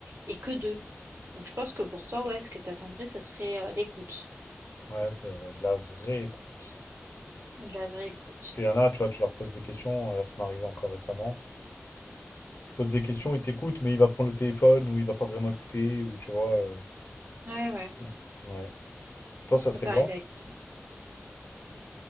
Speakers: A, on the right; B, on the left.
A: et que d'eux. Donc, je pense que pour toi, ouais, ce que tu attendrais, ça serait euh, l'écoute,
B: Ouais, c'est vrai, de la vraie écoute.
A: de la vraie écoute.
B: Parce qu'il y en a, tu vois, tu leur poses des questions, euh, là ça m'est arrivé encore récemment. Tu poses des questions, il t'écoute, mais il va prendre le téléphone ou il va pas vraiment écouter, ou tu vois. euh,
A: Ouais, ouais.
B: Mm. Ouais. Toi, ça
A: Ça
B: serait
A: t'est
B: quoi?
A: arrivé avec qui?